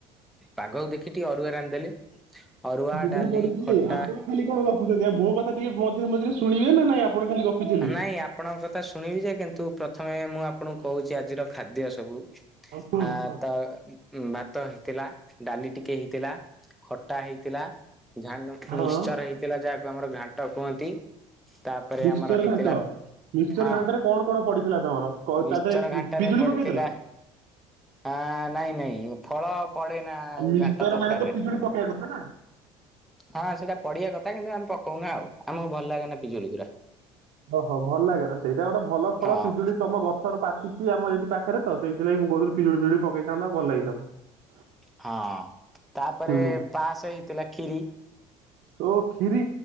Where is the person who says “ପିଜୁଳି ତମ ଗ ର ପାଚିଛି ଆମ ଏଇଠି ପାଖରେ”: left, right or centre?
Right